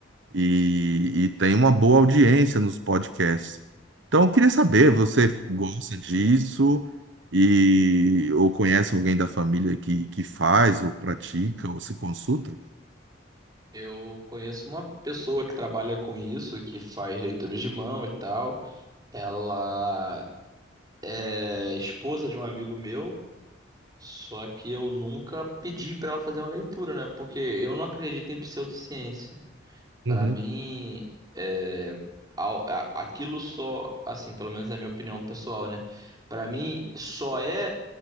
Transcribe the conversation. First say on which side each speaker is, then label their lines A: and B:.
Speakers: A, on the right; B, on the right.
A: e, e tem uma boa audiência nos podcasts. Então, eu queria saber, você gosta disso e ou conhece alguém da família que, que faz ou pratica ou se consulta?
B: Eu conheço uma pessoa que trabalha com isso, que faz leitura de mão e tal. Ela é esposa de um amigo meu, só que eu nunca pedi pra ela fazer uma leitura, né? Porque eu não acredito em pseudociência.
A: Uhum.
B: Pra mim, é, a- a- aquilo só, assim, pelo menos é a minha opinião pessoal, né? Pra mim, só é